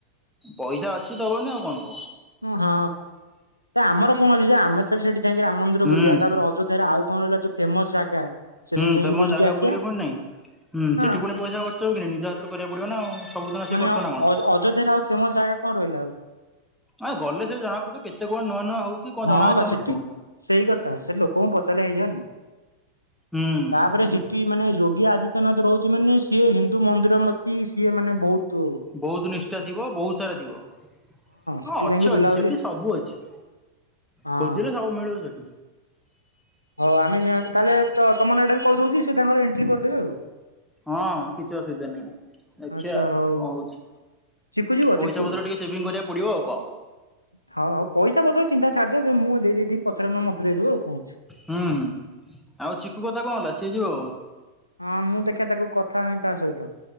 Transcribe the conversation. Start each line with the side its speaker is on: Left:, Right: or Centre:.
Centre: ପଇସା ଅଛି ଦବନି ଆଉ କଣ।
Left: ହଁ, ତ ଆମର କଣ ଅଛି ଯେ ଆମେ ଛାର ସେଠି ଯାଇକି ରାମ ମନ୍ଦି
Centre: ହୁଁ
Left: ବୁଲିବା ତାପରେ ଅଯଧ୍ୟାରେ ଆଉ କଣ ରହିଲ। ଯୋଉ ଫେମସ ଜାଗା। ସେ
Centre: ହୁଁ
Left: ସବୁ ଯାଇକି
Centre: ଫେମସ
Left: ବୁଲିକି
Centre: ଜାଗା
Left: ଆସିବା।
Centre: ବୁଲି ବ ନାଇଁ? ହୁ
Left: ହଁ
Centre: ସେଠି ପୁଣି ପଇସା ଖର୍ଚ ହେବ କିି ନିଜ ହାତରେ କରିବାକୁ ପଡ଼ିବ ନା ଆ ସବୁଦିନ ସିଏ
Left: ମାନେ
Centre: କରୁ
Left: ଅ
Centre: ନା କଣ?
Left: ଅଯୋଧ୍ୟାରେ ଆଉ ଫେମସ ଜାଗା କଣ ରହିଲା ଆଉ?
Centre: ଆ ଗଲେ ସେ ଜଣା ପଡିବ କେତେ କଣ ନୂଆ ନୂଆ ହଉଛି କଣ
Left: ହଁ
Centre: ଜଣାଅଛି
Left: ବା
Centre: ସମସ୍ତଙ୍କୁ?
Left: ସେଠି ସେଇ କଥା ସେ ଲୋକଙ୍କୁ ପଚାରା ହେଇଯଵନି।
Centre: ହୁଁ
Left: ତାପରେ ମାନେ ଯୋଗୀ ଆଦିତ୍ୟନାଥ ରହୁଛି ମାନେ ସିଏ ହିନ୍ଦୁ ମନ୍ଦିର ମତି ସିଏ ମାନେ ବହୁତୂ
Centre: ବହୁତ ନିଷ୍ଠା ଥିବ ବହୁତ ସାରା ଥିବ। ହଁ
Left: ସେଠି
Centre: ଅଛି
Left: ଯାଇକି ବୁଲାବୁଲି
Centre: ଅଛି ସେଠି ସବୁ ଅଛି।
Left: ହଁ
Centre: ଖୋଜିରେ ସବୁ ମିଳୁଵ ସେଠି।
Left: ହଉ ଆମେ ନିଆକୁ ତାହେଲେ ତମ ନାଆଟା ବି କହିଦଉଛି ସେ ଏଣ୍ଟ୍ରି କରିଦେବେ ଆଉ
Centre: ହଁ କିଛି ଅସୁବିଧା ନାହିଁ। ଆଛା
Left: ଆଚ୍ଛା ହଉ
Centre: କଣ ହଉଛି
Left: ଚିକୁ ଯିବ
Centre: ପଇସା
Left: ଚିକୁ
Centre: ପତ୍ର ଟିକେ ସେଭିଙ୍ଗି କରିବାକୁ ପଡିବ ଆଉ କଣ
Left: ହଉହଉ ପଇସା ପତ୍ର ଚିନ୍ତା ଛାଡିଦିଅ ମୁଁ ଦେଇ ଦେଇିଥବି ପଛରେ ନ ହେଲେ ମତେ ଦେଇଦବ ଆଉ କଣଞ୍ଚଛି।
Centre: ହୁଁଆଉ ଚିକୁୁ କଥା କଣ ହେଲା ସିଏ ଯିବ।
Left: ହଁ ମୁଁ ଦେଖିବା ତାକୁ କଥା ହୁଏ ତା ସହିତ